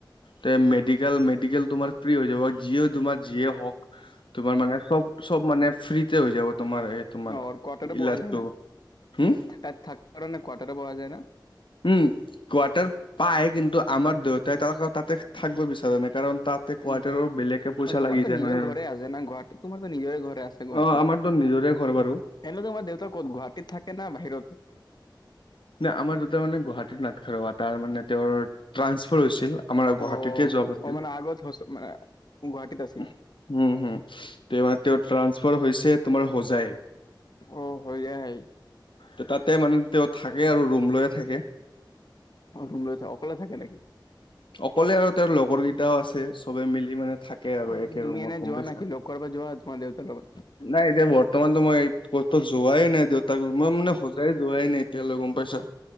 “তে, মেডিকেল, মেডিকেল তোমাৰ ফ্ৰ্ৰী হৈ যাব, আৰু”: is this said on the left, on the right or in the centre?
Left